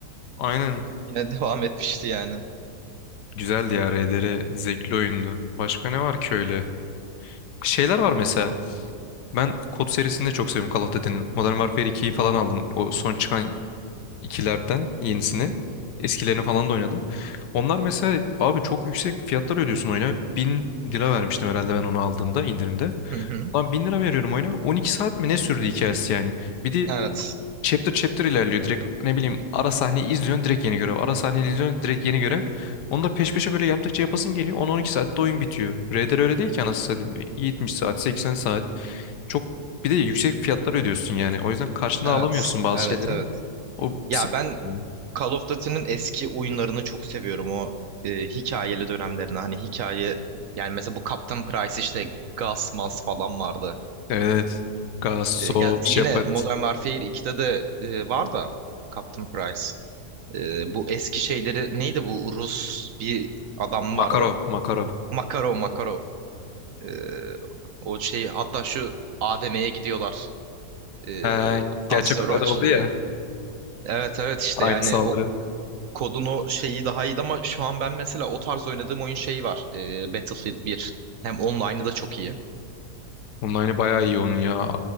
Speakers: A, on the left (about 80°); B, on the right (about 65°).
A: Aynen.
B: yine <laughs> devam etmişti yani.
A: Güzeldi ya RDR. Zevkli oyundu. Başka ne var ki öyle? Şeyler var mesela. Ben kod serisini de çok seviyorum Call of Duty'nin. Modern Warfare 2'yi falan aldım. O son çıkan ikilerden yenisini. Eskilerini falan da oynadım. Onlar mesela abi çok yüksek fiyatlar ödüyorsun oyuna. bin lira vermiştim herhalde ben onu aldığımda indirimde.
B: Hı hı.
A: Lan 1000 lira veriyorum oyuna. 12 saat mi ne sürdü hikayesi yani. Bir de
B: Evet.
A: chapter chapter ilerliyor direkt ne bileyim ara sahneyi izliyorsun direkt yeni görev ara sahneyi izliyorsun direkt yeni görev onu da peş peşe böyle yaptıkça yapasın geliyor 10-12 saatte oyun bitiyor RDR öyle değil ki anasını satayım 70 saat 80 saat çok bir de yüksek fiyatlar ödüyorsun yani o yüzden karşına
B: Evet,
A: alamıyorsun bazı
B: evet,
A: şeylerin
B: evet.
A: o
B: Ya
A: sinir
B: ben
A: bozucu.
B: Call of Duty'nin eski oyunlarını çok seviyorum. O e, hikayeli dönemlerini. Hani hikaye yani mesela bu Captain Price işte Gas Mas falan vardı.
A: evet Gassop
B: E, ya
A: Shepard
B: yine Modern Warfare ikide de e, var da Captain Price. E, bu eski şeyleri neydi bu Rus bir adam vardı.
A: Makarov Makarov
B: Makarov Makarov. E, o şeyi hatta şu AVM'ye gidiyorlar. E,
A: He, gerçek
B: asansörü
A: kıtada
B: açılıyor.
A: oldu ya
B: Evet evet işte
A: aynı
B: yani
A: saldırı
B: o Kodun o şeyi daha iyiydi ama şu an ben mesela o tarz oynadığım oyun şeyi var. Ee, Battlefield bir. Hem online'ı da çok iyi.
A: onun aynı bayağı iyi onun ya